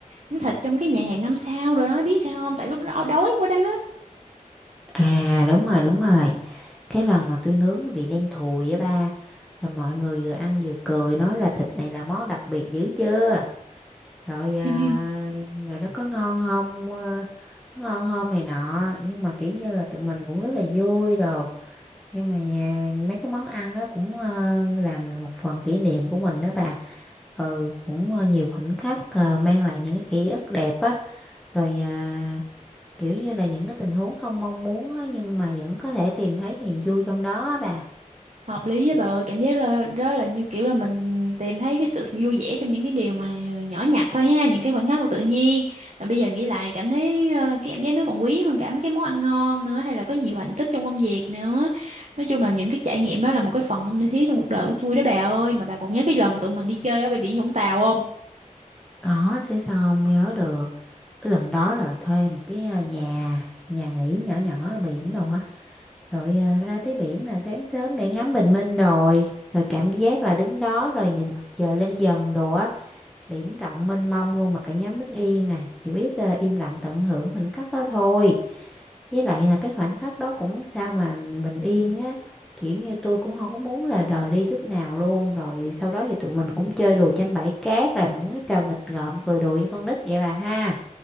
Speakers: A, on the right; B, in the centre.
A: miếng thịt trong cái nhà hàng năm sao rồi đó biết sao không tại lúc đó đói quá đó
B: à đúng rồi đúng rồi cái lần mà tôi nướng nó bị đen thùi á ba rồi mọi người vừa ăn vừa cười nói là thịt này là món đặc biệt dữ chưa rồi à,
A: <laughs>
B: rồi nó có ngon không ờ, có ngon không này nọ nhưng mà kiểu như là tụi mình cũng rất là vui đồ nhưng mà à, mấy cái món ăn đó cũng ờ, làm một phần kỷ niệm của mình đó bà ừ cũng ờ, nhiều khoảnh khắc ờ, mang lại những cái ký ức đẹp á rồi à, kiểu như là những cái tình huống không mong muốn á, nhưng mà vẫn có thể tìm thấy niềm vui trong đó á bà
A: hợp lý á bà ơi cảm giác là đó là như kiểu là mình tìm thấy cái sự vui vẻ trong những cái điều mà nhỏ nhặt thôi ha những cái khoảnh khắc của tự nhiên rồi bây giờ nghĩ lại cảm thấy ờ, cái cảm giác nó còn quý hơn cả mấy cái món ăn ngon nữa hay là có nhiều hạnh tích trong công việc nữa nói chung là những cái trải nghiệm đó là một cái phần không thể thiếu trong cuộc đời của tôi đó bà ơi mà bà còn nhớ cái lần tụi mình đi chơi ở bãi biển Vũng Tàu không
B: có sẽ sao không nhớ được cái lần đó là thuê một cái à, nhà nhà nghỉ nhỏ nhỏ ở biển đồ á rồi à, ra tới biển là sáng sớm để ngắm bình minh rồi rồi cảm giác là đứng đó rồi nhìn mặt trời lên dần đồ á biển rộng mênh mông luôn mà cả nhóm đứng yên à chỉ biết à, im lặng tận hưởng khoảnh khắc đó thôi với lại là cái khoảnh khắc đó cũng sao mà bình yên á kiểu như tôi cũng không có muốn là rời đi chút nào luôn rồi sau đó thì tụi mình cũng chơi đùa trên bãi cát làm những cái trò nghịch ngợm cười đùa như con nít vậy bà ha